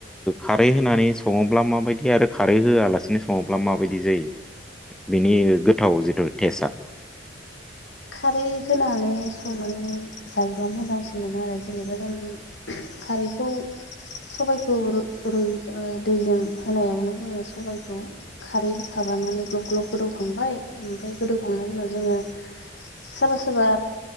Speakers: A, in the centre; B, on the left (about 70°).
A: खारै होनानै सङोब्ला माबायदि आरो खारै होआलासिनो सङोब्ला माबायदि दि जायो बिनि गोथाव जिथु टेस्टआ?
B: खारै होनानै संनानै जायोबा मोजांसिन मोनो आरो जेनेबा जों खारै बेखौ सबाइखौ रु ओ दैजों होनायावनो जोङो सबाइखौ खारै होखाबाय लानानै ग्लब ग्लब गोदौखांबाय ओमफ्राय गोदौखांनायनि उनाव जोङो
A: <inaudible>
B: सोरबा सोरबा